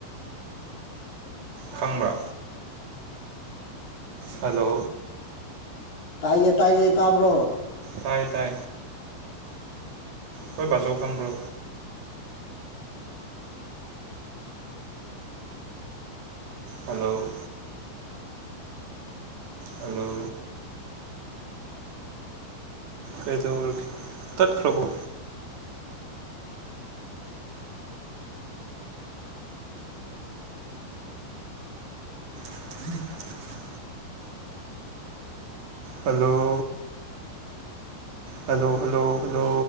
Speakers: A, on the right; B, on the left.
A: ꯈꯪꯕ ꯍꯂꯣ
B: ꯇꯥꯏꯌꯦ ꯇꯥꯏꯌꯦ ꯇꯥꯕ꯭ꯔꯣ
A: ꯇꯥꯏ ꯇꯥꯏ ꯍꯣꯏ ꯄꯖꯧ ꯊꯝꯕ꯭ꯔꯣ ꯍꯜꯂꯣ ꯍꯂꯣ ꯀꯦꯗꯧ ꯇꯠꯈ꯭ꯔꯕꯣ ꯐ ꯍꯂꯣ ꯍꯂꯣ ꯍꯜꯂꯣ ꯍꯜꯂꯣ